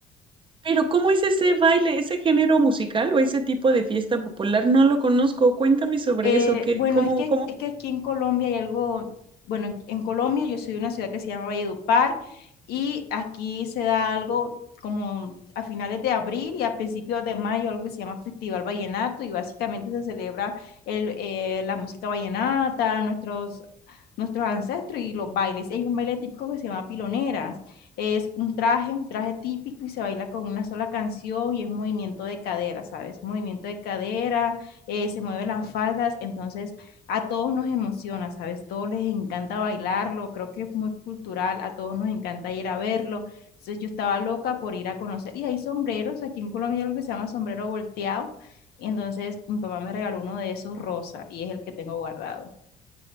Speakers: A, on the right (about 30°); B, on the left (about 75°).
A: Pero ¿cómo es ese baile, ese género musical o ese tipo de fiesta popular? No lo conozco. Cuéntame sobre
B: Eh,
A: eso. ¿Qué,
B: bueno,
A: cómo,
B: es que,
A: cómo
B: es que aquí en Colombia hay algo, bueno, en, en Colombia yo soy de una ciudad que se llama Valledupar y aquí se da algo como a finales de abril y a principios de mayo, algo que se llama Festival Vallenato y básicamente se celebra el, eh, la música vallenata, nuestros nuestros ancestros y los bailes. Hay un baile típico que se llama piloneras. Es un traje, un traje típico y se baila con una sola canción y es movimiento de cadera, ¿sabes? Movimiento de cadera, eh, se mueven las faldas, entonces a todos nos emociona, ¿sabes? Todos les encanta bailarlo, creo que es muy cultural, a todos nos encanta ir a verlo. Entonces yo estaba loca por ir a conocer. Y hay sombreros, aquí en Colombia hay algo que se llama sombrero volteado. Entonces mi papá me regaló uno de esos rosa y es el que tengo guardado.